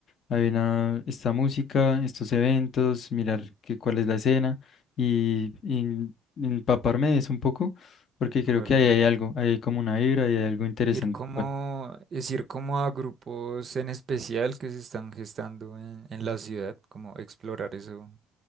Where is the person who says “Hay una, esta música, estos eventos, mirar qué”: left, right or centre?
Left